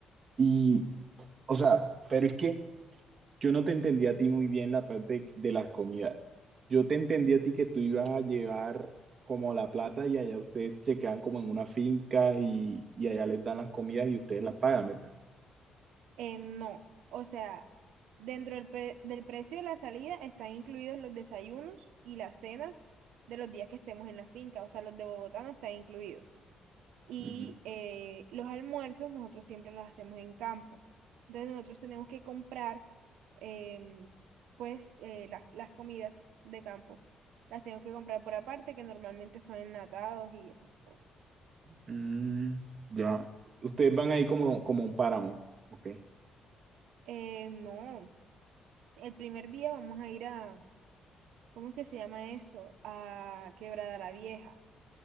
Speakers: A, on the right; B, on the right.
A: y, o sea, pero es que yo no te entendí a ti muy bien la parte de las comidas. Yo te entendí a ti que tú ibas a llevar como la plata y allá ustedes se quedan como en una finca y, y allá les dan las comidas y ustedes las pagan, ¿verdad?
B: Eh, no, o sea, dentro del, pe- del precio de la salida están incluidos los desayunos y las cenas de los días que estemos en la finca, o sea, los de Bogotá no están incluidos. Y
A: Ujú.
B: eh, los almuerzos nosotros siempre los hacemos en campo. Entonces nosotros tenemos que comprar, em, pues, eh, las las comidas de campo. Las tenemos que comprar por aparte, que normalmente son enlatados y esas cosas.
A: Mm, ya. Ustedes van ahí como, como un páramo. Ok.
B: Eh, no, el primer día vamos a ir a ¿cómo es que se llama eso? A Quebrada la Vieja,